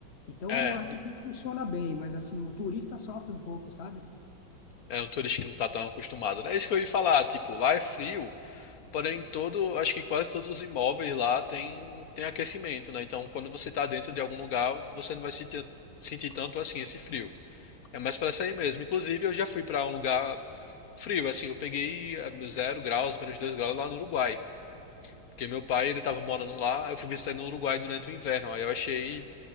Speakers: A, on the left; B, on the left.
A: Então,
B: é,
A: até que funciona bem, mas, assim, o turista sofre um pouco, sabe?
B: é um turista que não tá tão acostumado, né? É isso que eu ia falar, tipo, lá é frio, porém todo, acho que quase todos os imóveis lá tem tem aquecimento, né? Então quando você tá dentro de algum lugar, você não vai sentir sentir tanto assim esse frio. É mais pra sair mesmo. Inclusive, eu já fui pra um lugar frio, assim, eu peguei eh, zero graus, menos dois graus lá no Uruguai. Porque meu pai, ele tava morando lá, eu fui visitar ele no Uruguai durante o inverno. Aí eu achei